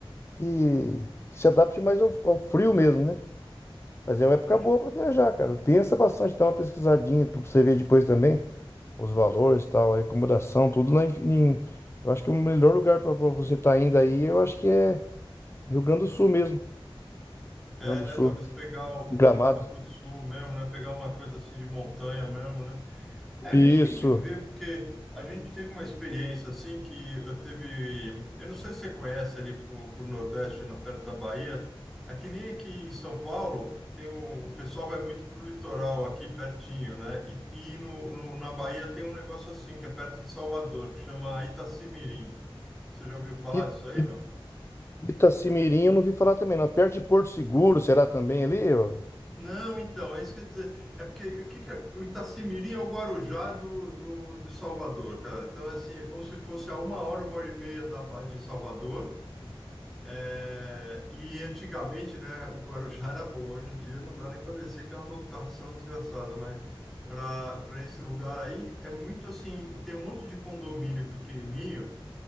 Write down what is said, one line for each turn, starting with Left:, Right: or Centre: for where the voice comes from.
Left: Que, que se adapte mais ao, ao frio mesmo, né? Mas é uma época
Centre: acho
Left: boa
Centre: que
Left: para viajar, cara. Pensa bastante, dá uma pesquisadinha para você ver depois também os valores, tal, a acomodação, tudo lá em... em- Eu acho que o melhor lugar para você estar tá indo aí, eu acho que é Rio Grande do Sul mesmo. Rio
Centre: É,
Left: Grande
Centre: né?
Left: do Sul.
Centre: Talvez pegar um
Left: Gramado.
Centre: pro lado pro sul mesmo, né? Pegar uma coisa assim de montanha mesmo, né? É, A
Left: Isso.
Centre: gente tem que ver, porque a gente teve uma experiência assim que eu teve. Eu não sei se você conhece ali pro, pro Nordeste, na perto da Bahia. Aqui nem aqui em São Paulo, tem o, o pessoal vai muito pro litoral aqui pertinho, né? E, e no, no- na Bahia tem um negócio assim, que é perto de Salvador, que chama Itacimirim. Você já ouviu falar
Left: I,
Centre: disso aí,
Left: I,
Centre: não?
Left: Itacimirim eu não vi falar também, não. Perto de Porto Seguro, será também ali? ó?
Centre: Não, então, é isso que eu ia dizer. É porque o que que é- o Itacimirim é o Guarujá do, do, de Salvador, cara. Então, assim, é como se fosse a uma hora, uma hora e meia da, ba- de Salvador. É, e antigamente, né, o Guarujá era bom. Hoje em dia não dá nem para descer, que é uma lotação desgraçada. Mas para para esse lugar aí, é muito assim: tem um monte de condomínio pequenininho.